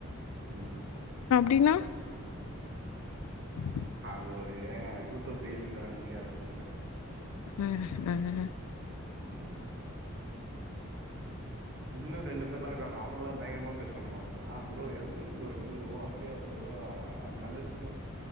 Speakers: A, on the right; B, on the left.
A: ம்
B: அப்டின்னா உம்
A: அது ஒரு யூ டியூப் ரீல்ஸ்ல வந்துச்சு அத சொன்னேன்
B: ம் ம்
A: ம் இன்னும் ரெண்டு பேர்லாம் காணும் அவனுங்களா <unintelligible> ஆ ப்ரோ எந்த ஊர் ப்ரோ நீ ஓ அப்டியா ப்ரோ ஆ <unintelligible> ஆ